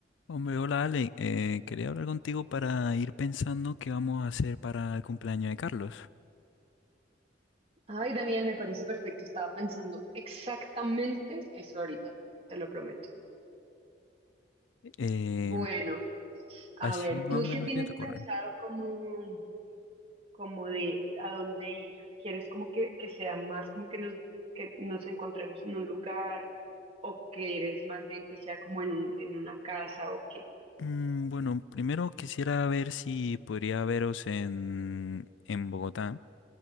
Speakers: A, on the left; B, on the right.
A: Hombre, hola Ale, Eh, quería hablar contigo para ir pensando qué vamos a hacer para el cumpleaños de Carlos.
B: Ay, Daniel, me parece perfecto. Estaba pensando exactamente eso ahorita, te lo prometo.
A: Em,
B: Bueno, a
A: así
B: ver,
A: más
B: ¿tú
A: o menos
B: qué tienes
A: qué te corren.
B: pensado como, como de a dónde ir? ¿Quieres como que, que sea más como que nos, que nos encontremos en un lugar o quieres más bien que sea como en un, en una casa o qué?
A: bueno, primero quisiera ver si podría veros en, en Bogotá.